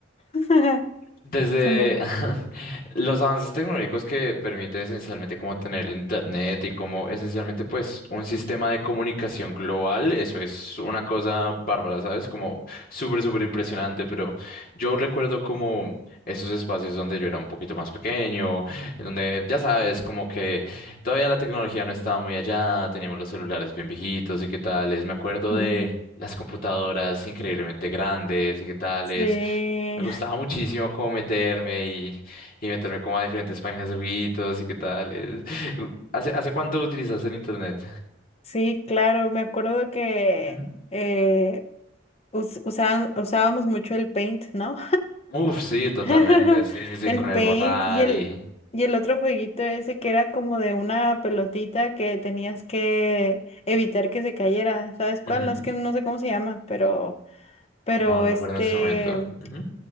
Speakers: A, on the left; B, on the left.
A: <laughs>
B: Desde
A: Se me...
B: <laughs> los avances tecnológicos que permite esencialmente como tener internet y como esencialmente pues un sistema de comunicación global, eso es una cosa bárbara, ¿sabes? Como súper, súper impresionante, pero yo recuerdo como esos espacios donde yo era un poquito más pequeño, en donde ya sabes, como que todavía la tecnología no estaba muy allá, teníamos los celulares bien viejitos y qué tales, me acuerdo
A: Ujú.
B: de... Las computadoras increíblemente grandes y qué tales.
A: Sí,
B: Me gustaba muchísimo como meterme y, y meterme como a diferentes páginas de jueguitos y qué tal. <laughs> ¿Hace, hace cuánto utilizas el internet?
A: <laughs> sí, claro, me acuerdo que
B: Ujú.
A: eh, us- usaban- usábamos mucho el Paint, ¿no?
B: Uf, sí, totalmente.
A: <laughs>
B: Sí, sí, sí,
A: El
B: con el
A: Paint
B: borrar
A: y el,
B: y...
A: y el otro jueguito ese que era como de una pelotita que tenías que evitar que se cayera, ¿sabes cuál?
B: Ujú.
A: No, es que no sé cómo se llama, pero, pero
B: No, no
A: este,
B: recuerdo en este momento. Ujú.